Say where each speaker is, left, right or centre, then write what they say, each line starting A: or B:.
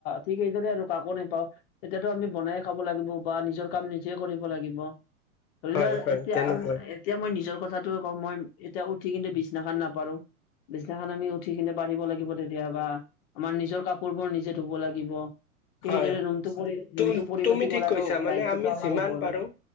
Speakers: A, on the left; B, on the left.
A: ঠিক এইেদৰে আৰু কাকো নাপাওঁ তেতিয়াতো আমি বনাই খাব লাগিব বা নিজৰ কাম নিজেই কৰিব লাগিব। ধৰি
B: হয়
A: লোৱা
B: হয়
A: এতিয়া
B: তেনেকুৱাই
A: আৰু এতিয়া মই নিজৰ কথাটোৱে কম মই এতিয়া উঠি কিন্তু বিছনাখন নাপাৰো। বিচনাখন আমি উঠি কিনে পাৰিব লাগিব কেতিয়াবা, আমাৰ নিজৰ কাপোৰবোৰ নিজে ধুব লাগিব। ঠিক
B: হয়,
A: সেইদৰে ৰুমটো পৰি ৰুমটো
B: তু-তুমি
A: পৰিপাতি
B: ঠিকে
A: কৰাৰো
B: কৈছা মানে
A: দায়িত্বটো
B: আমি
A: আমাৰ
B: যিমান
A: হ'ব আৰু
B: পাৰোঁ